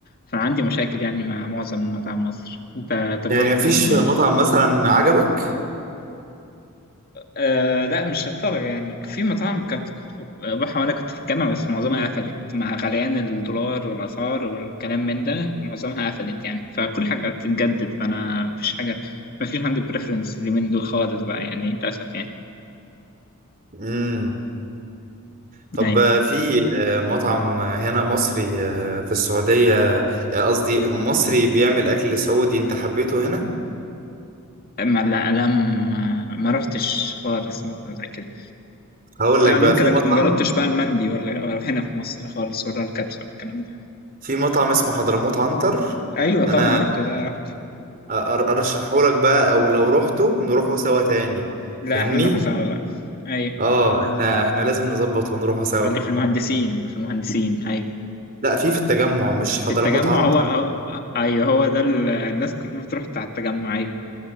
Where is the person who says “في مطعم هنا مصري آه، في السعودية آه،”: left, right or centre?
Right